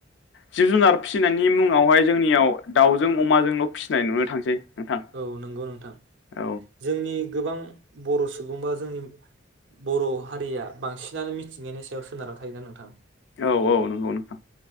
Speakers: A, on the left (about 65°); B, on the right (about 75°).
A: जिब जुनार फिसिनायनि मुङावहाय जोंनियाव दाउजों अमाजोंल फिसिनाय नुनो थांसै नोंथां
B: औ नंगौ नोंथां
A: औ
B: जोंनि गोबां बर सुबुं बा जोंनि बर हारिया बांसिनानो मिथिंगानि सायाव सोनारना थायोना नोंथां
A: औ औ नंगौ नोंथां